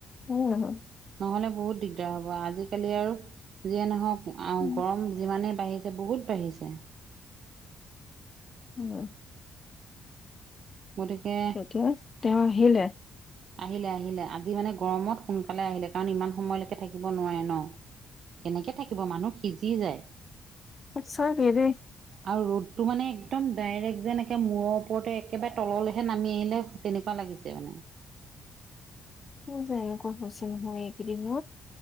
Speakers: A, on the left; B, on the right.
A: হয় নে নহয়
B: নহলে বহুত দিগদাৰ হ'ব আজিকালি আৰু যিয়ে নহওক আ
A: উম
B: গৰম যিমানেই বাঢ়িছে বহুত বাঢ়িছে
A: অ
B: গতিকে
A: ত তেওঁ আহিলে
B: আহিলে আহিলে আজি মানে গৰমত সোনকালে আহিলে কাৰণ ইমান সময়লৈকে থাকিব নোৱাৰে ন কেনেকে থাকিব মানুহ সিজি যায়
A: আছা কে দেই
B: আৰু ৰ'দতটো মানে একদম ডাইৰেক্ট যেন একে মূৰৰ ওপৰতে একেবাই তললৈহে নামি আহিলে ঔ তেনেকুৱা লাগিছে মানে
A: ম জাই আক হছে নহয় একেদিনো